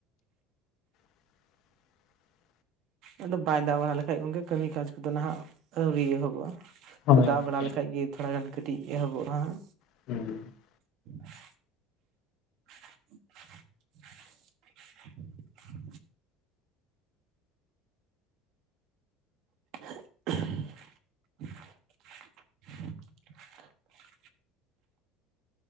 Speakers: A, on the left (about 50°); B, on the right (about 50°).
A: <inaudible>
B: ᱟᱫᱚ ᱵᱟᱭ ᱫᱟᱜ ᱵᱟᱲᱟ ᱞᱮᱠᱷᱟᱡ ᱜᱚᱝᱠᱮ ᱠᱟᱹᱢᱤ ᱠᱟᱡᱽ ᱠᱚᱫᱚ ᱱᱟᱦᱟᱸᱜ ᱟᱹᱣᱨᱤ ᱮᱦᱚᱵᱚᱜ-ᱟ᱾
A: ᱦᱳᱭ
B: ᱛᱚ ᱫᱟᱜ
A: ᱜᱚᱝᱠᱮ
B: ᱵᱟᱲᱟ ᱞᱮᱠᱷᱟᱡ ᱜᱮ ᱛᱷᱚᱲᱟ ᱜᱟᱱ ᱠᱟᱹᱴᱤᱡ ᱮᱦᱚᱵᱚᱜᱼᱟ ᱦᱟᱸᱜ
A: <unintelligible>
B: <unintelligible> <inaudible> <unintelligible>